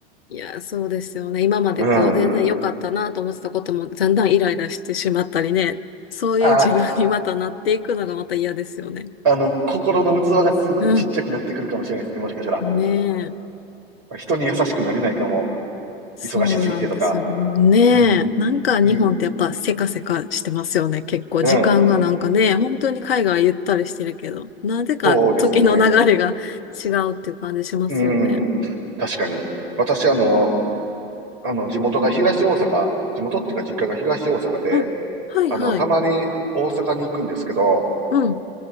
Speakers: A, on the left; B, on the right.
A: いや、そうですよね。今までこう、
B: うん。
A: 全然良かったなと思ってたことも、だんだんイライラしてしまったりね。そういう自分にまたなっていくのがまた嫌ですよね。
B: あ、あの、心の器がすごくちっちゃくなってくるかもしれないですね、
A: うん。
B: もしかしたら。
A: ねえ。
B: 人に優しくなれないかも。忙しすぎてとか。
A: そうなんですよ。ねえ。
B: うん。
A: なんか日本ってやっぱせかせかしてますよね。
B: うん。
A: 結構時間がなんかね、
B: うん。
A: 本当に海外ゆったりしてるけど、なぜか時の流れが
B: そうですね。
A: 違うっていう感じしますよね。
B: うん。確かに。私、あの、あの、地元が東大阪、地元っていうか実家が東大阪で、
A: うん。はいはい。
B: あの、たまに大阪に行くんですけど、
A: うん。